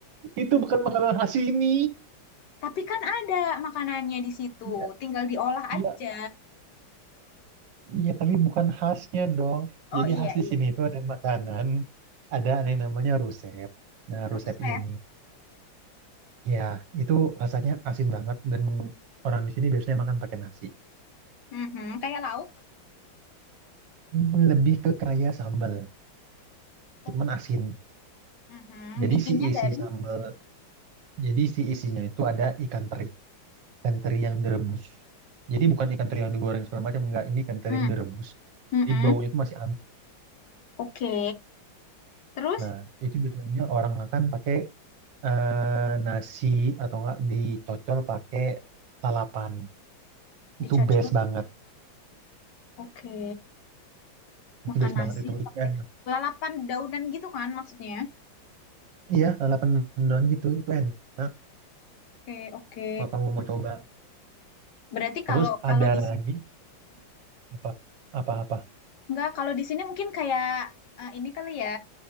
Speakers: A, on the right; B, on the left.
A: Itu bukan makanan khas sini.
B: Tapi kan ada makanannya di situ.
A: Iya,
B: Tinggal diolah
A: iya,
B: aja.
A: iya, tapi bukan khasnya dong.
B: Oh
A: Jadi
B: iya,
A: khas di
B: iya.
A: sini itu ada makanan, ada yang namanya rusep. Nah,
B: Ruset.
A: rusep ini ya itu rasanya asin banget dan orang di sini biasanya makan pakai nasi.
B: Mhm, Kayak lauk.
A: Hmm, Lebih ke kaya sambal,
B: Oh,
A: cuman asin.
B: mhm,
A: Jadi
B: Bikinnya
A: si isi
B: dari...
A: sambal, jadi si isinya itu ada ikan teri. Ikan teri yang direbus. Jadi bukan ikan teri yang digoreng segala macam, enggak. Ini ikan teri
B: Mm.
A: yang direbus.
B: Mm-mm.
A: Jadi baunya itu masih amis.
B: Oke, terus
A: Nah, itu biasanya orang makan pakai eh, nasi atau enggak dicocol pakai lalapan.
B: dicocol.
A: Itu best banget.
B: Oke,
A: Itu
B: makan
A: best
B: nasi
A: banget itu.
B: pakai
A: Itu enak.
B: lalapan daunan gitu kan maksudnya.
A: Iya, lalapan Mendoan gitu. Itu enak
B: Oke, oke.
A: kalau kamu mau coba.
B: Berarti
A: Terus
B: kalau kalau
A: ada
B: di
A: lagi
B: sini,
A: apa? Apa-apa?
B: Enggak, kalau di sini mungkin kayak eh, ini kali ya,